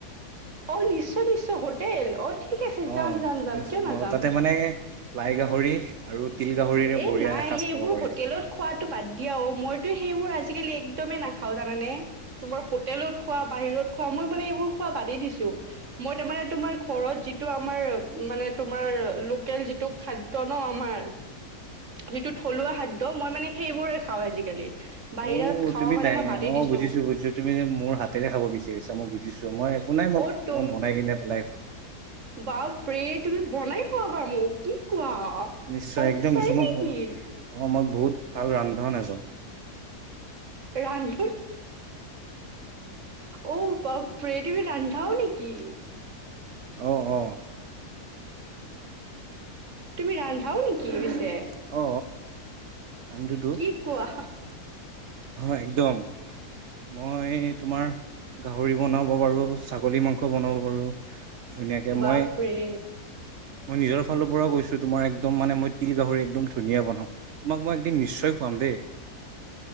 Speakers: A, on the right; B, on the right.
A: অ নিশ্চয় নিশ্চয় হোটেল অ ঠিক <inaudible>
B: অ
A: যাম যাম যাম
B: নি
A: কিয় নাযাম
B: অ তাতে মানে লাই গাহৰি আৰু তিল গাহৰিৰে
A: এ
B: বঢ়িয়া
A: নাই
B: এসাঁজ
A: সেইবোৰ
B: খাব পাৰি
A: হোটেলত খোৱাতটো বাদ দিয়া অ মইতো সেইবোৰ আজি <inaudible> একদমে নাখাও জানানে তোমাৰ হোটেলত খোৱা বাহিৰত খোৱা মই মানে এইবোৰ খোৱা বাদেই দিছো মই তাৰমানে তোমাৰ ঘৰত যিটো আমাৰ মানে তোমাৰ লোকেল যিটো খাদ্য ন আমাৰ। যিটো থলুৱা খাদ্য মই মানে সেইবোৰে খাওঁ আজিকালি বাহিৰত
B: অ
A: খাৱা
B: তুমি
A: মানে মই বাদেই
B: অ
A: দিছো
B: বুজিছো বুজিছো তুমি মোৰ হাতেৰে খাব বিচাৰিছা মই বুজিছো মই একো নাই মোক
A: অ তুম
B: মই বনাই কিনে পেলাই খুৱাম।
A: বাপৰে তুমি বনাই খোৱাবা মোক কি কোৱা।
B: নিশ্চয়
A: সঁচাই
B: একদম নিশ্চয় মই
A: নেকি
B: অ মই বহুত ভাল ৰান্ধন এজন
A: ৰন্ধন অঔ বাপৰে তুমি ৰান্ধাও নেকি?
B: অ অ!
A: তুমি ৰান্ধাও নেকি পিছে?
B: অ! <inaudible>
A: কি কোৱা
B: হয় একদম মই তোমাৰ গাহৰি বনাব পাৰো, ছাগলী মাংস বনাব পাৰো। ধুনীয়াকে
A: বাপৰে
B: মই মই নিজৰ ফালৰ পৰাও কৈছো তোমাৰ একদম মানে মই তিল গাহৰি একদম ধুনীয়া বনাওঁ। তোমাক মই একদিন নিশ্চয় খোৱাম দেই।